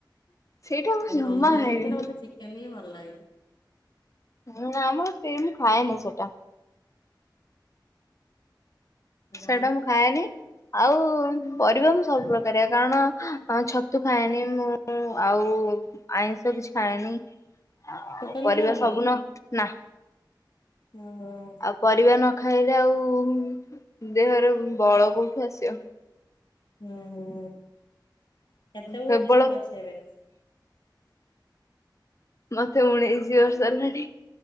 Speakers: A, on the left (about 40°); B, on the left (about 65°).
A: ସେଇଟା ମୁଁ
B: ଆଉ
A: ଜମା
B: ନନଭେଜ୍
A: ଖାଇବିନି
B: ଭିତରେ ମତେ ଚିକେନ ହିଁ ଭଲ ଲାଗେ।
A: ହୁଁ ନାମ ସେ ମୁ ଖାଏନି ସେଟା ସେଇଟା
B: ଆଉ
A: ମୁଁ ଖାଏନି ଆଉ ପରିବା ମୁଁ ସବୁ ପ୍ରକାରିଆ କାରଣ ହଁ ଛତୁ ଖାଏନି ମୁଁ ଆଉ ଆଇଁଷ କିଛି ଖାଏନି ଆଉ
B: ଟୋଟାଲି
A: ପରିବା
B: ଖାଅନି
A: ସବୁନ ନା
B: ହୁଁ
A: ଆଉ ପରିବା ନ ଖାଇଲେ ଆଉ ଦେହରେ ବଳ କୋଉଠି ଆସିବ?
B: ଉଁ -ଉଁ-ଉଁ କେତେ ଓ୍ବଟ୍
A: କେବଳ
B: ତମର ଅଛି ଏବେ?
A: ମତେ ଉଣେଇସି ବର୍ଷ ହେଲାଣି।